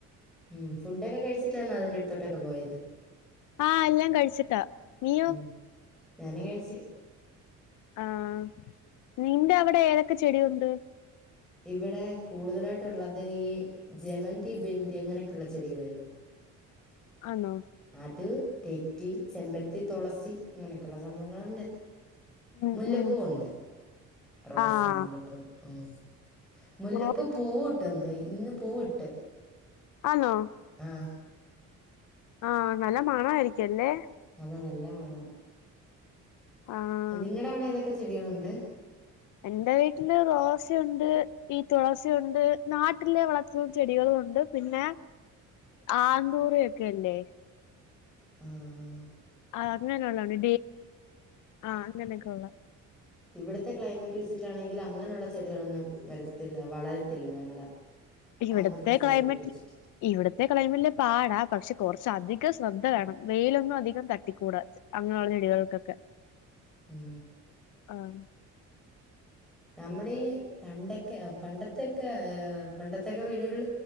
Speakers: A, in the centre; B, on the left.
A: ഉം ഫുഡൊക്കെ കഴിച്ചിട്ടാന്നോ അതിന്റെ അടുത്തോട്ടൊക്കെ പോയത്?
B: ആഹ് ഞാൻ കഴിച്ചിട്ടാ നീയോ?
A: ഉം. ഞാനും കഴിച്ചു
B: ആഹ് നിന്റെ അവിടെ ഏതൊക്കെ ചെടിയുണ്ട്?
A: ഇവിടെ കൂടുതലായിട്ടൊള്ളത് ഈ ജമന്തി ബന്തി അങ്ങനെയൊക്കെള്ള ചെടികളല്ലേ.
B: ആണോ?
A: അത് തെറ്റി ചെമ്പരത്തി തൊളസി അങ്ങനെയൊക്കെള്ള സംഭവങ്ങളുണ്ട്.
B: ഉം
A: മുല്ലപ്പൂവൊണ്ട്
B: ഉം
A: റോസ
B: ആഹ്
A: മുല്ലപ്പൂ ഉം മുല്ലപ്പൂ
B: ഓ
A: പൂവിട്ടന്ന് ഇന്ന് പൂവിട്ട്.
B: ആന്നോ
A: ആഹ്
B: ആഹ് നല്ല മണായിരിക്കും അല്ലേ?
A: അത് നല്ലമണാ
B: ആഹ്
A: നിങ്ങടെ അവിടെ ഏത് ഒക്കെ ചെടികളുണ്ട്.
B: എൻറെ വീട്ടില് റോസയുണ്ട് ഈ തുളസിയുണ്ട് നാട്ടിലെ വളർത്തുന്ന ചെടികളും ഉണ്ട്. പിന്നെ ആന്തൂറിയൊക്കെല്ലേ.
A: ആഹ്
B: ആഹ് അങ്ങനെ ഉള്ളതാണ് ഡേ ആഹ് അങ്ങനൊക്കെ ഒള്ള.
A: ഇവിടത്തെ ക്ലൈമറ്റ് വെച്ചിട്ടാണെങ്കിൽ അങ്ങനെയുള്ള ചെടികളൊന്നും വരത്തില്ല വളരത്തില്ല ഞങ്ങടെ.
B: ഇവിടുത്തെ
A: അവിടുത്തെ
B: ക്ലൈമറ്റ്
A: വെച്ചിട്ട്.
B: ഇവിടത്തെ ക്ലൈമറ്റില് പാടാ പക്ഷെ കൊറച്ച് അധികം ശ്രദ്ധ വേണം വെയിലൊന്നും അധികം തട്ടിക്കൂടാ. അങ്ങനെയുള്ള ചെടികൾക്കൊക്കെ.
A: ഉം
B: ആഹ്
A: നമ്മുടെ ഈ പണ്ടൊക്കെ പണ്ടത്തെയൊക്കെ വീടുകളില്